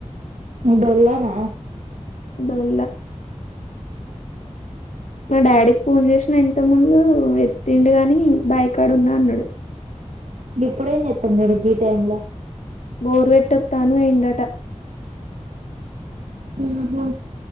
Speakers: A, on the right (about 75°); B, on the left (about 80°).
A: డోల్లనా
B: డోల్ల మా డాడీకి ఫోన్ చేసిన ఇంత ముందు ఎత్తిండు గాని బైకాడున్నా అన్నాడు
A: గిప్పుడు ఏం చేతం మరి గి టైమ్ లో
B: బోర్ పెట్టోత్త అని పోయిండట
A: అ హ